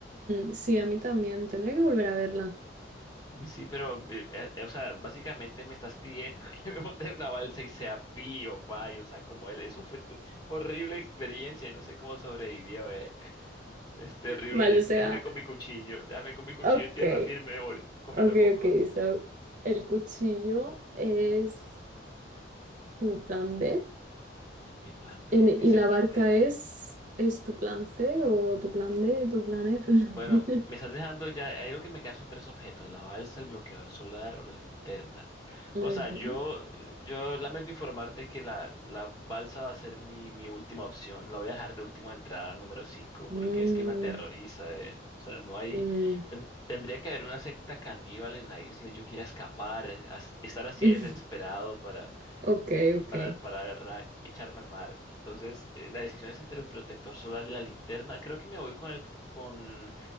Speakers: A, on the right (about 40°); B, on the left (about 20°).
A: mm, sí, a mí también, tendría que volver a verla.
B: Sí, pero, eh, eh, o sea, básicamente me estás pidiendo <laughs> que me monte en una balsa y sea Pi o Pai, o sea, como él. Eso fue t- horrible experiencia, y no sé cómo sobrevivió, eh. Es terrible.
A: Vale, o sea,
B: Déjame con mi cuchillo. Déjame con mi cuchillo
A: ok,
B: en tierra firme, gol, comiendo
A: ok,
B: cocos.
A: ok, so, el cuchillo es tu plan B
B: Es mi plan B,
A: en- y
B: mi segundo
A: la barca
B: objeto.
A: es, es tu plan
B: Tú-
A: C o tu plan D, tu plan F. <laughs>
B: Bueno, me estás dejando ya. Ahí lo que me quedan son tres objetos: la balsa, el bloqueador solar o la linterna.
A: Ujú.
B: O sea, yo, yo lamento informarte que la, la balsa va a ser mi, mi última opción. La voy a dejar de última entrada, número cinco,
A: Mm,
B: porque es que me aterroriza, ¿eh? O sea, no hay.
A: mm.
B: ten- tendría que haber una secta caníbal en la isla y yo quiera escapar, es- as- estar así
A: <laughs>
B: desesperado para.
A: Ok, ok.
B: para, para ra- echarme al mar. Entonces, eh, la decisión es entre el protector solar y la linterna. Creo que me voy con el pro- con